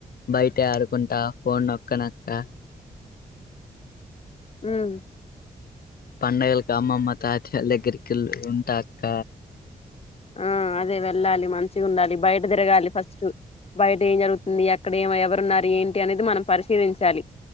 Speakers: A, on the left; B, on the left.
A: బైటె ఆడుకుంటా ఫోన్ నొక్కనక్క
B: హ్మ్
A: పండగలకి అమ్మమ్మ, తాతళ్ళ్ దగ్గరికి కెళ్ ఉంటా అక్క.
B: ఆ అదే వెళ్ళాలి మంచిగా ఉండాలి, బయట తిరగాలి ఫస్ట్ బయట ఏం జరు ని యెక్కడ ఏమై ఎవరున్నారు. ఏంటి అనేది మనం పరిశీలించాలి,